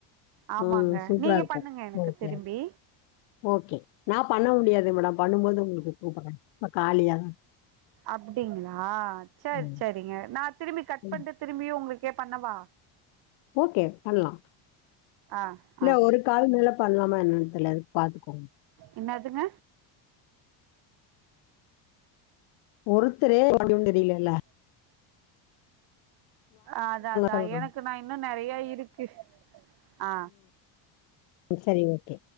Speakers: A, on the right; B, on the left.
A: ஆமாங்க
B: ம் சூப்ரா
A: நீங்க
B: இருக்கு
A: பண்ணுங்க எனக்கு
B: ஓகே
A: திரும்பி
B: ஓக் ஓகே நா பண்ண முடியாது மேடம் பண்ணும்போது உங்களுக்கு கூப்டுறே இப்ப காலியா
A: அப்டிங்ளா சேர்
B: ம்.
A: சேரிங்க நா திரும்பி கட்
B: ம்.
A: பண்ட்டு திரும்பியு உங்களுக் கே பண்ணவா
B: ஓக்கே பண்லா
A: ஆ
B: இல்ல
A: ஆ
B: ஒரு கால் மேல பண்லாமா என்னன்தெர்ல எதுக் பாத்துக்கோங்க
A: என்னதுங்க
B: ஒருத்தரே எப்டின்னு தெரீலல்ல
A: அதா அதா
B: சொல்றேன்.
A: எனக்கு நா இன்னு நெறையா இருக்கு ஆ
B: செரி ஓக்கே